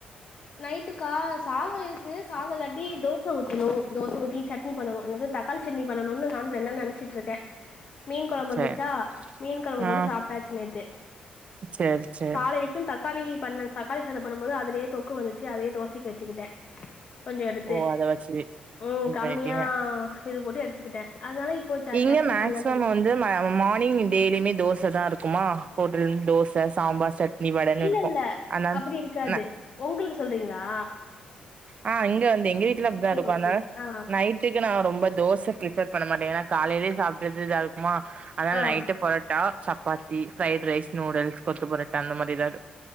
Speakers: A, on the left (about 50°); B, on the right (about 40°).
A: நைட்டுக்கா சாதொ இருக்கு சாதொ இல்லாட்டி தோச ஊத்தணு தோச ஊத்தி சட்னி சட்னி பண்ணணு எனக்கூ தக்காளி சட்னி பண்ணணுனு நானு ரெண்ட் நாளா நெனச்சிட்ருக்கே மீன் கொழம்பு
B: சேர்
A: இருந்துச்சா மீன் கொழம்பு
B: ஆ
A: போட்டு சாப்பிட்டாச்சு நேத்து
B: சேர் சேர்
A: காலைலக் கு தக்காளி பண்ண தக்காளி சாதம் பண்ணம் போது அதுலயே தொக்கு வந்துச்சு அதையே தோசைக்கு வச்சுக்கிட்டே கொஞ்சோ எடுத்து
B: ஓ அத வச்சு
A: ம்
B: இது
A: கம்மியா
B: பண்ணிட்டீங்க
A: இது போட்டு எடுத்துக்கிட்டே அதானால இப் இப்போ ச
B: இங்க
A: சட்னி
B: மேக்சிமம்
A: பண்லான்ட்டு இருக்கே
B: வந்து மார்னிங் டெய்லியுமே தோச தா இருக்குமா ஹோட்டலந்து தோச சாம்பார் சட்னி வடன்னு
A: இல்லல்ல
B: இருக்கு ஆனா
A: அப்பிடி இருக்காது ஒங்களுக் சொல்றீங்ளா
B: ஆ இங்க வந்து எங்க வீட்ல அப்டிதா இருக்கூ
A: ஓகே
B: அதனால
A: ஆ
B: நைட் ட்டுக்கு நான் ரொம்ப தோச ப்ரிப்பர் பண்ண மாட்டே ஏன்னா காலையிலயே சாப்டது இதா இருக்குமா அதனால்
A: ஆ
B: night parotta chapati fried rice noodles kothu parotta அந்த மாரி எதாவ்து